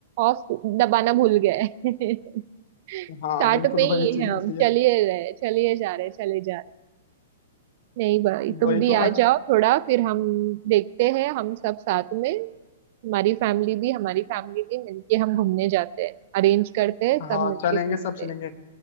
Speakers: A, on the right; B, on the left.
A: ऑफ दबाना भूल गए <laughs>
B: हाँ
A: स्टार्ट
B: बिल्कुल
A: में ही
B: वही चीज
A: है हम
B: होती है
A: चलिए रहे चलिए जा रहे चले जा रहे नहीं भाई तुम
B: वही
A: भी
B: तो
A: आ
B: अच्छा
A: जाओ थोड़ा फिर हम देखते हैं हम सब साथ में हमारी फैमिली भी हमारी फैमिली भी मिलके हम घूमने जाते हैं अरेंज करते हैं सब
B: हाँ
A: मिलके
B: चलेंगे
A: घूमते
B: सब चलेंगे
A: हैं